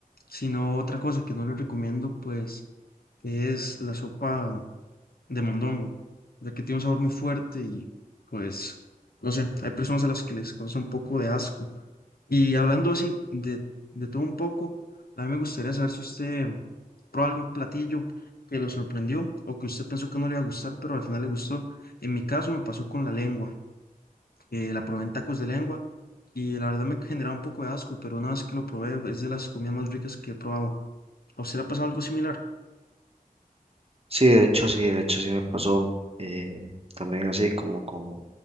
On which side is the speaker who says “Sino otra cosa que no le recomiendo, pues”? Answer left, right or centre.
Left